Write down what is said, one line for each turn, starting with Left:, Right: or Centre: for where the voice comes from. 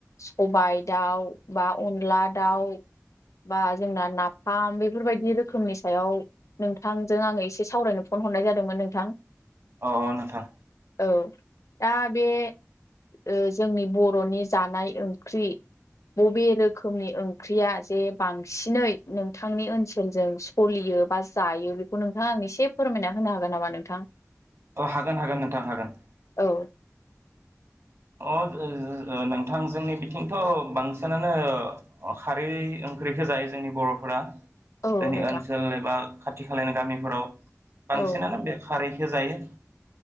Left: सबाय दाउ बा अनला दाउ बा जोंना नाफाम बेफोरबायदि रोखोमनि सायाव नोंथांजों आङो एसे सावरायनो फन हरनाय जादोंमोन नोंथां।
Right: औ नोंथां।
Left: औ दा बे ओ जोंनि बर'नि जानाय ओंख्रि बबे रोखोमनि ओंख्रिया जे बांसिनै नोंथांनि ओनसोलजों सलियो बा जायो बेखौ नोंथां आं एसे फोरमायना होनो हागोन नामा नोंथां?
Right: अ हागोन हागोन नोंथां हागोन।
Left: औ
Right: अ ओ ओ नोंथां जोंनि बिथिंथ' बांसिनानो खारै ओंख्रिखो जायो जोंनि बर'फोरा।
Left: औ
Right: जोंनि
Left: नोंथां
Right: ओनसोल एबा खाथि खालानि गामिफोराव बांसिनानो
Left: औ
Right: बे खारैखो जायो